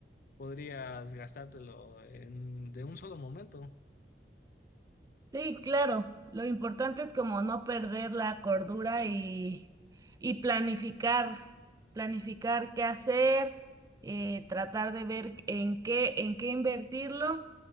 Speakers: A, on the left (about 55°); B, on the right (about 20°).
A: podrías gastártelo en, de un solo momento.
B: Sí, claro. Lo importante es como no perder la cordura y, y planificar, planificar qué hacer, eh, tratar de ver en qué, en qué invertirlo